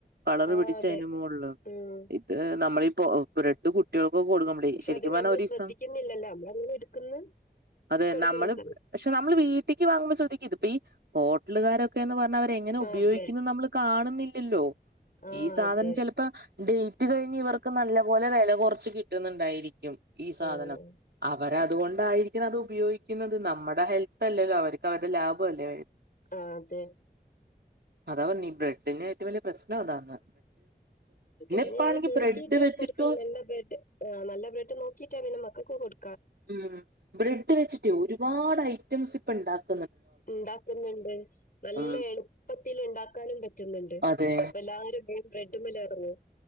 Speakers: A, on the right; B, on the left.
A: കളർ
B: ആഹ്
A: പിടിച്ച
B: അതെ
A: അയ്ൻ്റെ മോള്
B: ഉം
A: ഇത് നമ്മളിപ്പോ ബ്രഡ് കുട്ടികൾ പ്പൊ കൊടുക്കമ്മളയ്
B: പക്ഷെ
A: ശരിക്കും
B: അത്
A: പറഞ്ഞ
B: ഞമ്മള്
A: ഒരീസം
B: ശ്രദ്ധിക്കുന്നില്ലല്ലോ നമ്മളങ്ങനെ എടുക്കുന്ന്
A: അത്
B: കൊടുക്കുന്ന
A: നമ്മള്
B: സ
A: പക്ഷെ നമ്മള് വീട്ട്ക്ക് വാങ്ങുമ്പോ ശ്രദ്ധിക്കും ഇത് പ്പൊ ഈ ഹോട്ടലുകാരൊ ന്ന് പറഞ്ഞ അവരെ എങ്ങനെ
B: ആഹ്
A: ഉപയോഗിക്കുന്നത്
B: അതെ
A: നമ്മള് കാണുന്നില്ലല്ലോ
B: ആഹ്
A: ഈ സാധനം
B: അതെ
A: ചെലപ്പോ ഡേ റ്റ് കഴിഞ്ഞ് ഇവർക്ക് നല്ല പോലെ വെല കൊർച്ച് കിട്ടുന്നുണ്ടായിരിക്കും ഈ സാധനം
B: ഉം
A: അ അവർ അതുകൊണ്ടായിരിക്കണം അത് ഉപയോഗിക്കുന്നത് നമ്മടെ ഹെൽത്ത് അല്ലേ അവർക്ക് അവരുടെ ലാഭം അല്ലേ
B: ആ അതെ
A: അതാ പറഞ്ഞ ബ്രെഡിൻ്റെ ഏറ്റവും വല്ലിയ അതാണ്
B: പിന്നെ
A: ഇപ്പാണെങ്കി
B: ഞാൻ നോക്കീട്ടെ
A: ബ്രെഡ് വെച്ചിട്ട്
B: കൊടുക്കാ നല്ല ബ്രഡ് ആ നല്ല ബ്രഡ് നോക്കീട്ടേ ന്ന മക്കൾക്ക് കൊടു
A: ഉം ബ്രെഡ് വെച്ചിട്ടേ ഒരുപാട് ഐറ്റംസ് ഇപ്പ ഇണ്ടാക്ക
B: ഉണ്ടാക്കുന്നുണ്ട് നല്ല
A: ഉം
B: എളുപ്പത്തിൽ ഉണ്ടാക്കാനും പറ്റുന്നുണ്ട്
A: അതെ
B: അപ്പൊ എല്ലാവരുംെയിം റെഡ്മിലറന്നു.